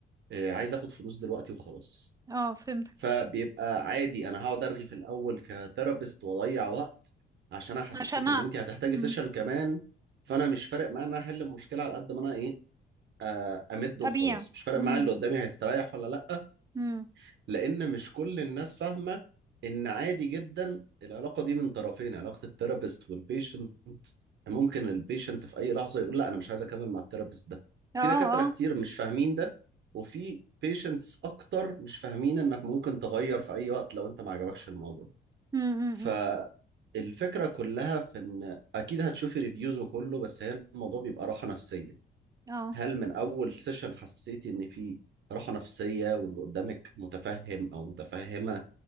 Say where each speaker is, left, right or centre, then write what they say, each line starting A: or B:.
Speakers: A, on the right; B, on the right.
A: آه، عايز آخد فلوس دلوقتي وخلاص
B: اه فهمتك
A: فبيبقى عادي أنا هقعد أرغي في الأول كثيرابيست وأضيع وقت عشان أحسسك
B: عشان أ-
A: إن أنت هتحتاجي
B: مم.
A: سيشن كمان فأنا مش فارق معايا إن أنا أحل المشكلة على قد ما أنا إيه آه، أمد
B: ابيع
A: وخلاص مش فارق
B: امم
A: معايا اللي قدامي هيستريح ولا لأ
B: امم
A: لان مش كل الناس فاهمه ان عادي جدا العلاقه دي من طرفين علاقه الثيرابيست والبيشنت ممكن البيشنت في اي لحظه يقول لا انا مش عايز اكمل مع الثيرابيست ده
B: اه
A: في دكاتره
B: اه
A: كتير مش فاهمين ده وفي بيشنتس اكتر مش فاهمين انك ممكن تغير في اي وقت لو انت ما عجبكش الموضوع
B: امم
A: فالفكره
B: امم
A: كلها في ان اكيد هتشوفي ريفيوز وكله بس هي الموضوع بيبقى راحه نفسيه
B: اه
A: هل من اول سيشن حسيتي ان في راحه نفسيه واللي قدامك متفهم او متفهمه